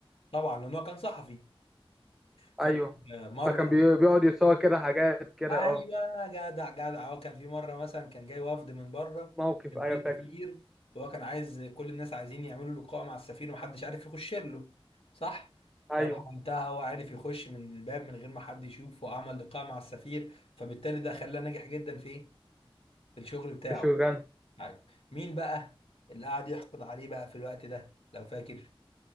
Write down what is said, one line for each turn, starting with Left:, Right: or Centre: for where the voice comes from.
Left: طبعا لان هو كان صحفي فاكر
Centre: ايوه
Left: مره
Centre: فكان بي- بيقعد يتصور كده حاجات كده
Left: ايوه
Centre: اه
Left: جدع جدع هو كان في مره مثلا كان جاي وفد من بره
Centre: موقف
Left: كان
Centre: ايوه
Left: في
Centre: فاكر
Left: سفير وهو كان عايز كل الناس عايزين يعملوا لقاء مع السفير ومحدش عارف يخش له صح
Centre: ايوه
Left: فراح وقتها هو عارف يخش من الباب من غير ما حد يشوفه وعمل لقاء مع السفير فبالتالي ده خلاه ناجح جدا في ايه في الشغل بتاعه
Centre: في شوغان
Left: عادي. مين بقى اللي قعد يحقد عليه بقى في الوقت ده لو فاكر